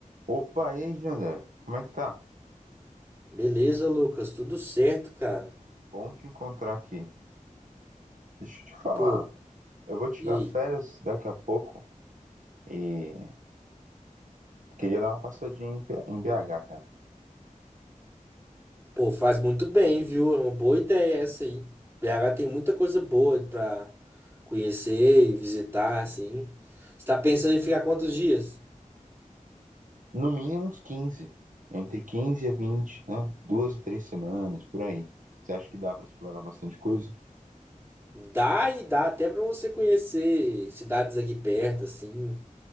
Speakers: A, on the right; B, on the right.
A: Opa, e aí, Jander? Como é que tá?
B: Beleza, Lucas, tudo certo, cara.
A: Bom te encontrar aqui. Deixa eu te falar,
B: Pô,
A: eu vou tirar
B: e aí?
A: férias daqui a pouco e queria dar uma passadinha em P- em BH, cara.
B: Pô, faz muito bem, viu? É uma boa ideia essa aí. BH tem muita coisa boa pra conhecer e visitar, assim. Você tá pensando em ficar quantos dias?
A: No mínimo uns 15, entre 15 e 20, né? Duas e três semanas, por aí. Você acha que dá pra explorar bastante coisa?
B: Dá e dá até pra você conhecer cidades aqui perto, assim,